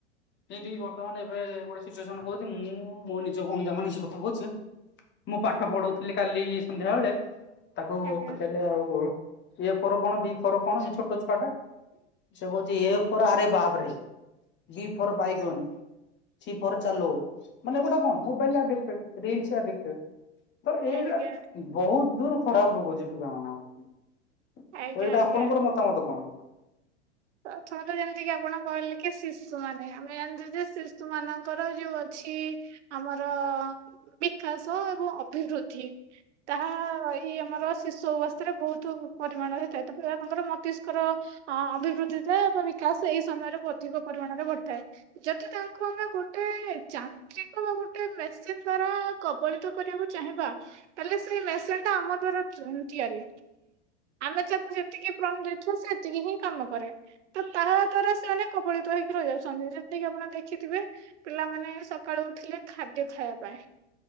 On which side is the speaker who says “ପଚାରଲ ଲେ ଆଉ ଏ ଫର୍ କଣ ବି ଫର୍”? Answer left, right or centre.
Left